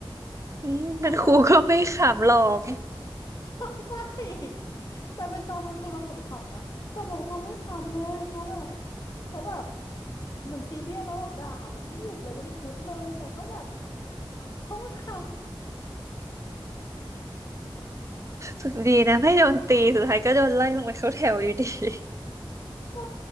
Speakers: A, on the right; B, on the left.
A: อืมเป็นครูก็ไม่ขำหรอก
B: เขาแบบ <laughs> ใช่แต่เป็นตองเป็นครูตองหลุดขำนะแต่แบบเขาไม่ขำเลยเขาแบบเขาแบบเหมือนซีเรียสแล้วแบบด่าแบบไม่หยุดเลยเป็นชุดเลยตองก็แบบขอโทษค่ะ
A: สุดดีนะไม่โดนตีสุดท้ายก็โดนไล่ลงไปเข้าแถวอยู่ดี
B: <laughs> เออ
A: <laughs>
B: ใช่